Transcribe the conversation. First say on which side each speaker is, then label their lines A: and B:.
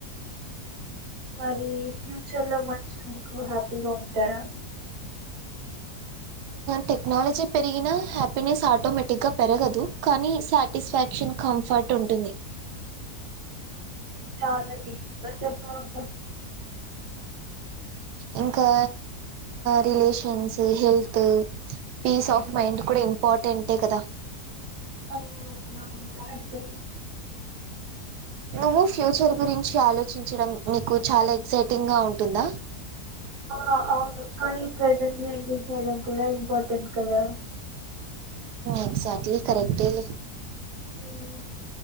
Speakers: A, on the right; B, on the right.
A: మరి ఫ్యూచర్ లో మనుషులు ఎందుకు హ్యాపీగా ఉంటారా అ
B: టెక్నాలజీ పెరిగిన హ్యాపీనెస్ ఆటోమేటిక్ గా పెరగదు కానీ సాటిస్ఫాక్షన్ కా కంఫర్ట్ ఉంటుంది
A: చాల డిప్గా చెప్పవబ్బ
B: ఇంకా relations health peace of mind కూడా ఇంపార్టెంటే కదా
A: అవునవును కరెక్టే
B: నువ్వు ఫ్యూచర్ గురించి ఆలోచించడం నీకు చాలా ఎక్సైటింగ్గా ఉంటుందా
A: ఆ అవును కానీ ప్రజెంట్ని ఎంజాయ్ చేయడం కూడా ఇం పార్టెంట్ కదా
B: ఎక్సాక్ట్లీ కరెక్టే లే
A: హ